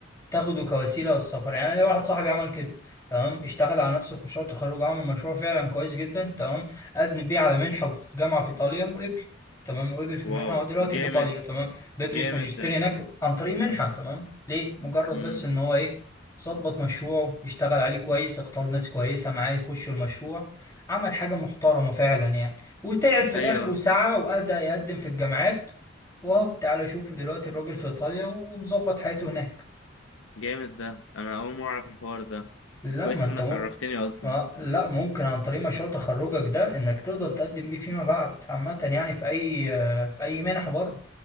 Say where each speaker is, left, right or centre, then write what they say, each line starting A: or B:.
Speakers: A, on the left (about 15°); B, on the left (about 85°).
A: تاخده كوسيله للسفر يعني أنا ليا واحد صاحبي عمل كده تمام اشتغل على نفسه في مشروع تخرج عمل مشروع فعلا كويس جدا تمام قدم بيه على منحه في جامعه في ايطاليا وقبل تمام وقبل في
B: واو
A: المنحه هو دلوقتي
B: جامد
A: في ايطاليا تمام بيدرس
B: جامد
A: ماجستير
B: ده
A: هناك عن طريق منحه تمام ليه مجرد
B: امم
A: بس ان هو ايه ظبط مشروعه اشتغل عليه كويس اختار ناس كويسه معاه يخشوا المشروع عمل حاجه محترمه فعلا يعني وتعب في
B: ايوه
A: الاخر وسعى وادى يقدم في الجامعات واهو تعالى شوفوا دلوقتي الراجل في ايطاليا ومظبط حياته هناك
B: جامد ده انا اول مره اعرف الحوار ده
A: لا
B: كويس
A: ما انت
B: انك
A: مو...
B: عرفتني اصلا
A: ما... لا ممكن عن طريق مشروع تخرجك ده انك تقدر تقدم بيه فيما بعد عامة يعني في اي آه، في اي منح بره